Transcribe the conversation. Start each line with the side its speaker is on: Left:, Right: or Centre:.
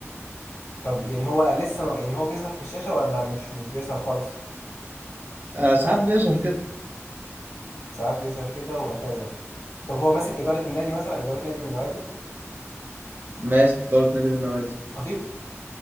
Left: طب يعني هو لسه ما- يعني هو بيظهر في الشاشة ولا مش مش بيظهر خالص
Right: آه ساعات بيظهر كده
Left: ساعات بيظهر كده واعتزل طب هو ماسك إدارة النادي مثلا إدارة نادي من النوادي
Right: ماسك اداره نادي من النوادي
Left: خطيب